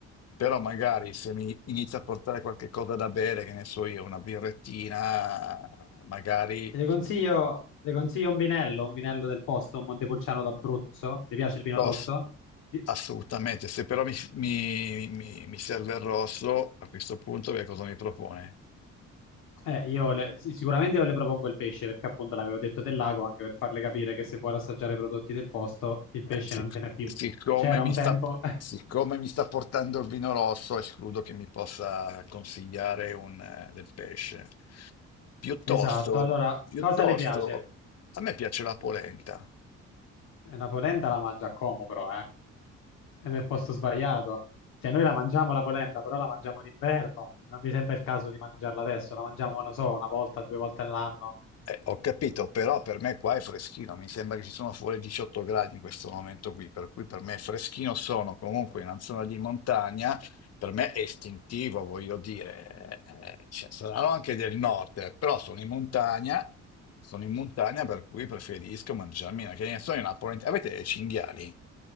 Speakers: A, on the left (about 55°); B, on the left (about 85°).
A: Però magari se mi inizia a portare qualche cosa da bere, che ne so io, una birrettina, magari...
B: E le consiglio, le consiglio un vinello, un vinello del posto, un Montepulciano d'Abruzzo. Le piace il vino
A: Rosso,
B: rosso? Di-
A: assolutamente. Se però mi, mi mi- mi serve il rosso, a questo punto che cosa mi propone?
B: Eh, io le- sì, sicuramente io le propongo il pesce, perché appunto l'avevo detto del lago, anche per farle capire che se vuole assaggiare i prodotti del posto, il
A: Eh,
B: pesce
A: sic-
B: non ce n'è più.
A: siccome
B: C'era
A: mi
B: un
A: sta,
B: tempo. <laughs>
A: siccome mi sta portando il vino rosso, escludo che mi possa consigliare un, eh, del pesce. Piuttosto,
B: Esatto, allora,
A: piuttosto,
B: cosa le piace?
A: a me piace la polenta.
B: Eh, La polenta la mangia a Como però, eh. È nel posto sbagliato. Cioè, noi la mangiamo la polenta, però la mangiamo d'inverno. Non mi sembra il caso di mangiarla adesso. La mangiamo, non so, una volta, due volte all'anno.
A: Eh, ho capito, però per me qua è freschino, mi sembra che ci sono fuori 18 gradi in questo momento qui, per cui per me è freschino, sono comunque in una zona di montagna, per me è istintivo, voglio dire, eh, eh, cioè, saranno anche del nord, eh, però sono in montagna, sono in montagna per cui preferisco mangiarmi una, che ne so, una polenta. Avete dei cinghiali?